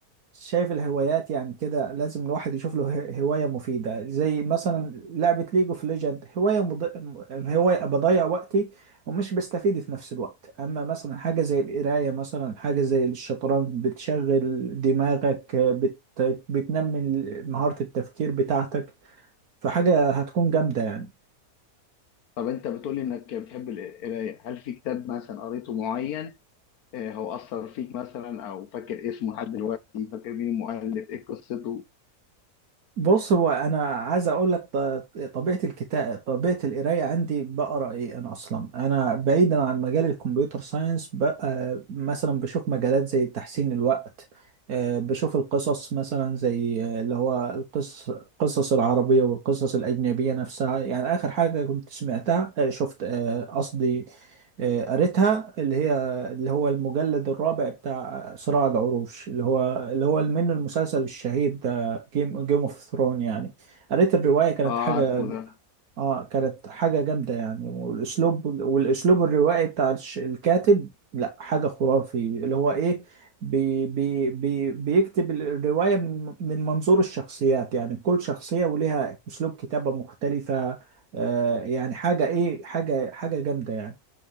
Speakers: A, on the right; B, on the left.
A: شايف الهوايات يعني كده لازم الواحد يشوف له ه- هواية مفيدة زي مثلا لعبة ليج اوف ليجند هواية مض... م- هواية بضيع وقتي ومش بستفيد في نفس الوقت اما مثلا حاجة زي القراية مثلا حاجة زي الشطرنج بتشغل دماغك بت... بتنمي مهارة التفكير بتاعتك فحاجة هتكون جامدة يعني
B: طب انت بتقول لي انك بتحب القرايه هل في كتاب مثلا قريته معين آه، هو اثر فيك مثلا او فاكر اسمه لحد دلوقتي فاكر مين المؤلف ايه قصته
A: بص هو انا عايز اقول لك ط- طبيعه الكتاب طبيعه القرايه عندي بقرا ايه انا اصلا انا بعيدا عن مجال الكمبيوتر ساينس بقى مثلا بشوف مجالات زي تحسين الوقت آه، بشوف القصص مثلا زي آه، اللي هو القصص القصص العربيه والقصص الاجنبيه نفسها يعني اخر حاجه كنت سمعتها آه، شفت آه، قصدي آه، قريتها اللي هي اللي هو المجلد الرابع بتاع صراع العروش اللي هو اللي هو من المسلسل الشهير جيم جيم اوف ثرون يعني قريت الرواية كانت
B: اه
A: حاجة
B: عارفه ده
A: اه كانت حاجة جامدة يعني والاسلوب والاسلوب الروائي بتاع الش- الكاتب لا حاجة خرافي اللي هو ايه بي بي بي بيكتب الرواية من من منظور الشخصيات يعني كل شخصية وليها اسلوب كتابة مختلفة آه يعني حاجة ايه حاجة حاجة جامدة يعني